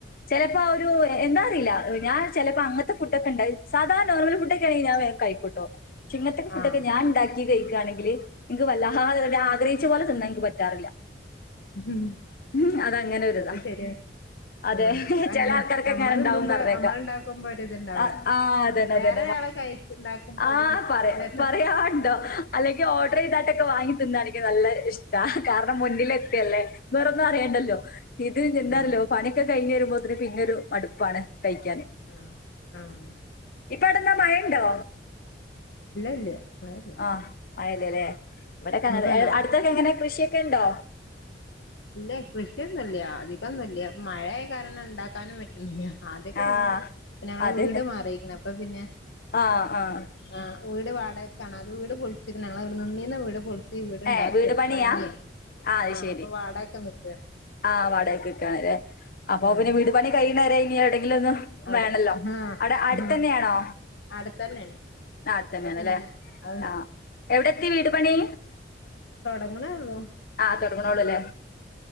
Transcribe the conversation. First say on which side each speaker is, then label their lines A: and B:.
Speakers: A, on the left; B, on the left.
A: ചെലെപ്പ ആഹ് ഒരു എ എന്താ അറീല്ല ഞാൻ ചെലെപ്പോ അങ്ങ ത്തെ ഫുഡ്ഡൊക്കെണ്ടായി സാധാ നോർമല് ഫുഡ്ഡൊക്ക്യാണെങ്കി ഞാൻ വേഗ് കയിക്കുട്ടോ ക്ഷിങ്ങൻത്തെക്കെ ഫുഡ്ഡൊക്കെ
B: ആഹ്
A: ഞാണ്ടാ ക്കി കയിക്കാണെങ്കില് ഇൻക്ക് വല്ലാഹാതെ തന്നെ ആഗ്രഹിച്ച പോലെ തിന്നാ ഇൻക്ക് പറ്റാറില്ല
B: ഉം
A: ഉം അതങ്ങനെ ഒരിതാ
B: അത് ശരിയാ
A: അതെ.
B: ഉം അതങ്ങനെ
A: ചെല ആൾക്കാർക്ക്
B: നമ്മൾ
A: അങ്ങനെ ഇണ്ടാവുംന്ന്
B: തിന്നുമ്പോ
A: പറഞ്ഞേക്കാം.
B: നമ്മളിണ്ടാക്കുമ്പോ ഒരു ഇത്ണ്ടാവില്ല
A: അ ആഹ് അതന്നെ
B: വേറെ
A: അതന്നെ.
B: ഒരാളക്കൈ ജ്ജിണ്ടാക്കുമ്പോ
A: ആഹ്
B: ഒരിത്
A: പറയാ
B: ഇവിരെ
A: പറയാണ്ടോ അല്ലെങ്കി ഓർഡറ് ന്താട്ടൊക്കെ വാങ്ങി തിന്നാണങ്കി നല്ല ഇഷ്ടാ കാരണം മുന്നിലെത്തിയല്ലേ വേറൊന്നും അറിയണ്ടല്ലോ ഇത് നിന്താരല്ലോ
B: ആഹ്
A: പണിയൊക്കെ കഴിഞ്ഞ് വരുമ്പോത്തിരു പിന്നൊരു മടുപ്പാണ് കഴിക്കാന്
B: ആഹ് ആഹ്
A: ഇപ്പവിടെന്താ മഴയുണ്ടോ
B: ഇല്ല ഇല്ല മഴല്ല
A: ആഹ് മഴല്ലല്ലേ ഇവിടൊക്കങ്ങനെ
B: ഇങ്ങക്ക്ണ്ടോ
A: അടുത്തൊക്കെങ്ങനെ കൃഷിയൊക്കെണ്ടോ
B: ഇല്ല കൃഷിയൊന്നുല്ല്യ അധികൊന്നില്ല്യ മഴയെ കാരണം ഇണ്ടാക്കാനും പറ്റുന്നില്ല ആദ്യക്ക
A: ആഹ്
B: പിന്നീം ഞങ്ങളെ
A: അതന്നെ.
B: വീട് മാറിക്ക്ണ് അപ്പൊ പിന്നെ
A: ആഹ് ആഹ്
B: ആഹ് വീട് വാടകക്കാണ് അതു വീട് പൊളിച്ചിക്ക്ണ് ഞങ്ങള് നിന്നിനെവീട് പൊളി തീ വീട്ണ്ടാക്കെ
A: ഏഹ് വീട് പണിയാ?
B: പണിയെ
A: അത്
B: ആഹ്
A: ശരി.
B: അപ്പൊ വാടകക്ക നിക്കാണ്
A: ആഹ് വാടകക്കു നിക്കാണല്ലേ അപ്പൊ
B: ആഹ്
A: പിന്നെ വീട് പണി കഴിയുന്നവരെ ഇനി എവിടെങ്കിലും ഒന്ന്
B: അവിടെ
A: വേണല്ലോ
B: ആഹ്
A: അടെ അടുത്തന്നെയാണോ
B: ആഹ് അടുത്തന്നെണ്
A: നാ അടുത്തന്നെയാണല്ലേ
B: അപ്പൊ പിന്നെ അത്
A: ആഹ് എവിടെത്തി വീട് പണി
B: തൊടങ്ങണേ ഒള്ളൂ
A: ആഹ് തൊടങ്ങണോളൂല്ലേ